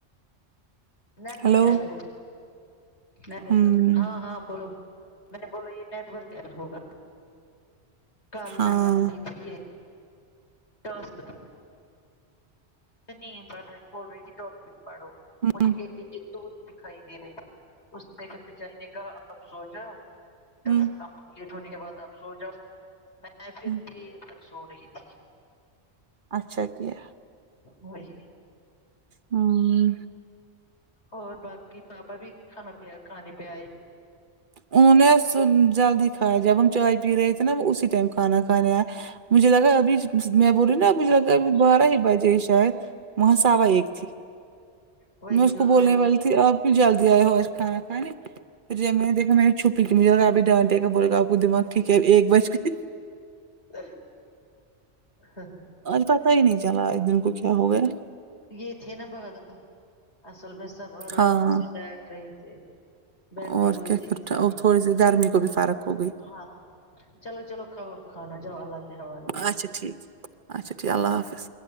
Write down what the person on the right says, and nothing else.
ہلو
ہمم
ہاں
ہمم
ہمم
ہمم
اچھا کیا
ہممم
<unintelligible> جلدی کھایا جب ہم چائے پی رہے تھے نا وہ اسی ٹائم کھانا کھانے آئے مجھے لگا ابھی میں بول رہی ہو نا مجھے لگتا ہے بارہ بجے شاید وہاں سوا ایک تھے
میں اس
کو بولنے
والی تھی آپ بھی جلدی آئے ہو آج کھانا کھانے پھر جب میں نے دیکھا میں نے چھپی کی مجھے لا آپ ڈانٹے کے بولے آپ کو دماغ ٹھیک ہے ایک بجے
آج پتا ہی نہیں چلا اس دن کو کیا ہو گیا
ہاں
اور
کیا
کر
تھوڑی سی گرمی کو بھی فرق ہو گئی
اچھا ٹھیک اچھا ٹھیک اللہ حافظ